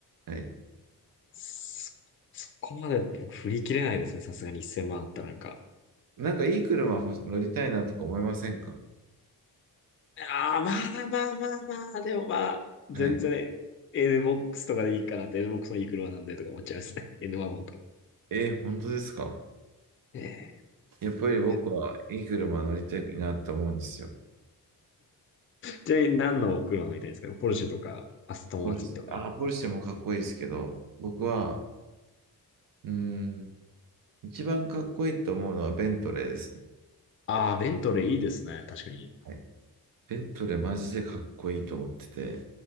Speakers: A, on the right (about 60°); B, on the left (about 35°).
A: はい。
B: そ、そこまで僕振り切れないですね、さすがに1000万あったらなんか。
A: なんかいい車ほ乗りたいなとか思いませんか
B: ああ、まあまあまあまあ、でもまあ、全然
A: はい。
B: NBOX とかでいいかなって、NBOX のいい車なんでとか思っちゃいますね。<laughs> N ワゴンとか。
A: えー、本当ですか
B: ええ
A: やっぱり僕はいい車乗りたいなって思うんですよ。
B: いやちなみに何の車乗りたいですかポルシェとか、アストンマーティンとか。
A: ポルシェ、あー、ポルシェもかっこいいですけど、僕は、うーん、一番かっこいいと思うのはベントレーですね。
B: ああ、ベントレーいいですね。確かに。
A: はい。ベントレーマジでかっこいいと思ってて、